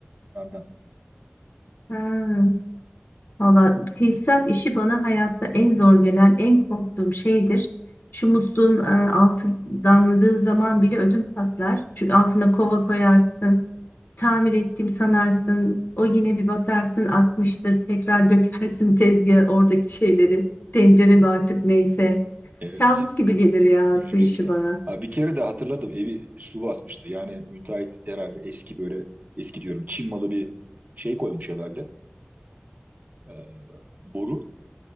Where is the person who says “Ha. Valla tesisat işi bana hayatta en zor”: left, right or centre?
Left